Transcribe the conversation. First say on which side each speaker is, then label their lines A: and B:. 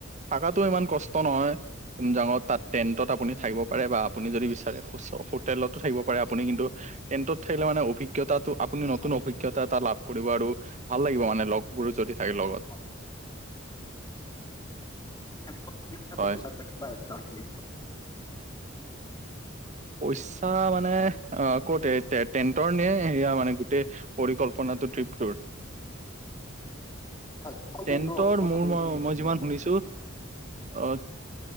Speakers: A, on the right; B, on the left.
A: থাকাটো ইমান কষ্ট নহয় তুমজাঙত তাত', টেণ্টত আপুনি
B: উম,
A: থাকিব পাৰে বা আপুনি যদি বিচাৰে হোচ', - হোটেলতো থাকিব পাৰে আপুনি কিন্তু', টেন্টত থাকিলে মানে অভিজ্ঞতাটো আপুনি নতুন
B: অ'
A: অভিজ্ঞতা এটা লাভ কৰিব আৰু ভাল লাগিব মানে', লগবোৰো যদি থাকে লগত',
B: অ', টেণ্টত থাকিলে
A: হয়।
B: পইচা পাতি বা তাত কিমান লাগিব?
A: পইচা মানে, অ', কতে টে', - টেণ্টৰ নে সেয়া মানে গোটেই', পৰিকল্পনাটো ট্ৰিপটোৰ',
B: হয়', অকল ট্ৰেইনটোৰ
A: টেণ্টৰ
B: কথাটো
A: মোৰ- ম-
B: যদি জনা
A: মই যিমান শুনিছোঁ', অ',